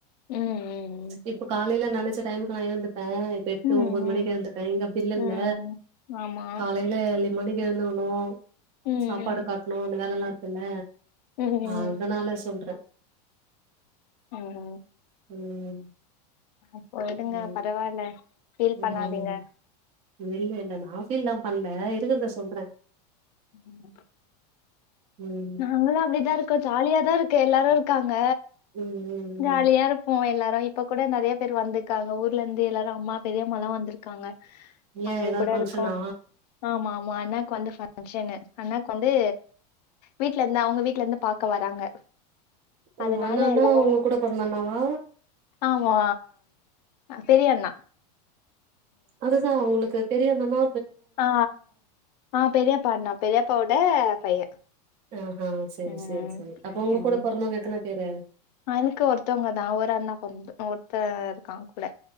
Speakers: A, on the left; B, on the right.
A: ம் ம்
B: இப்ப காலைல நெனைச்ச டைமுக்கு நா எந்துப்பே எட்டு
A: ம்
B: ஒன்பது
A: ம்
B: மணிக்கு
A: ம்
B: எழுந்துப்பே இங்க அப்பி இல்லல்ல
A: ம் ஆமா
B: காலை இல்ல இயர்லி மானிங் எழுந்துகணு
A: ம்
B: சாப்பாடு கட்ணு அந்த வேல எல்லா இருக்குல்ல
A: ம் ம்
B: அதனால சொல்றே
A: ம் ம்
B: ம்
A: இப்போ விடுங்க
B: ம்
A: பரவால்ல பீல்
B: ம்
A: பண்ணாதீங்க
B: இல்ல இல்ல நா ஃபீல்லா பண்ல இருக்குறத சொல்றே
A: உம்
B: ம்
A: நாங்களு அப்டிதா இருக்கோ ஜாலியா தா இருக்கு எல்லாரு இருக்காங்க
B: ம் ம்
A: ஜாலியா
B: ம்
A: இருப்போ எல்லாரு இப்ப கூட நெறைய பேர் வந்து காங்க ஊர்ல இருந்து எல்லாரு அம்மா பெரியம்மாலா வந்திருக்காங்க
B: ஏ
A: அவங்க
B: ஏதாவது
A: கூட
B: ஃபங்க்ஷனா
A: ருக்கோ ஆமா ஆமா அண்ணாக்கு வந்து பங்க்ஷனு அண்ணாக்கு வந்து வீட்ல இருந்து அவுங்க வீட்ல இருந்து பாக்க வராங்க
B: ஓ
A: அதனால
B: அண்ணானா
A: எல்லா
B: உங்க கூட பொறந்த அண்ணாவா
A: ஆமா பெரியண்ணா
B: அதுதா அவுங்களுக்கு பெரியண்ணன்னா
A: ஆ ஆ பெரியப்பாண்ணா பெரியப்பாவோட பைய
B: ஆஹா செரி
A: ம்
B: செரி செரி அப்ப உங்க
A: ம்
B: கூட பொறந்தவங்க எத்தன பேரு
A: எனக்கு ஒருத்தவங்க தா ஒரு அண்ணா பொறந் ஒருத்த இருக்கா கூட